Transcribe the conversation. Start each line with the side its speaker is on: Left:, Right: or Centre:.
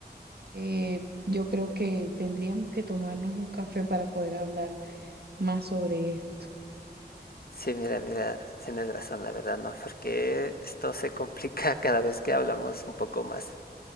Right: eh, yo creo que tendríamos que tomarnos un café para poder hablar más sobre esto.
Left: Sí, mira, mira, tienes razón, la verdad, ¿no? Porque esto se complica <laughs> cada vez que hablamos un poco más.